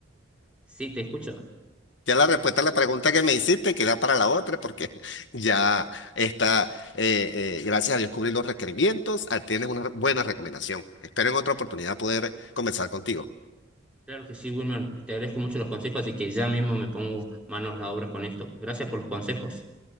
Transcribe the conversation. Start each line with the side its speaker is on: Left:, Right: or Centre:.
Centre: Sí, te escucho.
Left: ya la respuesta a la pregunta que me hiciste queda para la otra, porque <laughs> ya está, eh, eh, gracias a Dios cubrí los requerimientos, ah, tienes una buena recomendación. Espero en otra oportunidad poder conversar contigo.
Centre: Claro que sí, Wilmer, te agradezco mucho los consejos, así que ya mismo me pongo manos a la obra con esto. Gracias por los consejos.